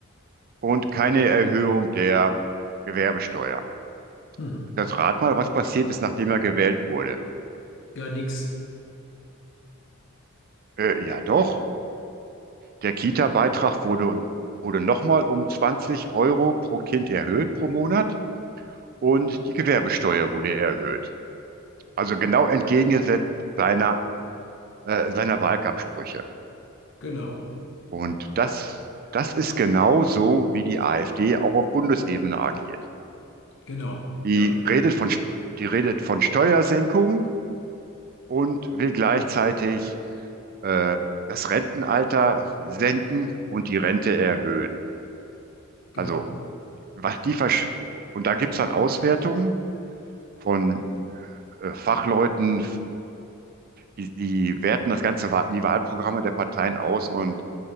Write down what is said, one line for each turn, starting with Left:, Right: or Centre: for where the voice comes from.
Right: und keine Erhöhung der Gewerbesteuer.
Left: hm.
Right: Und Jetzt rat mal, was passiert ist, nachdem er gewählt wurde.
Left: Ja, nix.
Right: Äh, ja doch, der Kita-Beitrag wurde, wurde nochmal um 20 Euro pro Kind erhöht pro Monat und die Gewerbesteuer wurde erhöht. Also genau entgegengesetzt seiner, äh, seiner Wahlkampfsprüche.
Left: Genau,
Right: Und das, das ist genau so, wie die AfD auch auf Bundesebene agiert.
Left: genau,
Right: Die
Left: ja,
Right: redet von, die redet von Steuersenkung und will gleichzeitig äh, das Rentenalter senken und die Rente erhöhen.
Left: genau.
Right: Also, was die versch und da gibt es dann Auswertungen von äh, Fachleuten, die, die werten das ganze, Wahl- die Wahlprogramme der Parteien aus und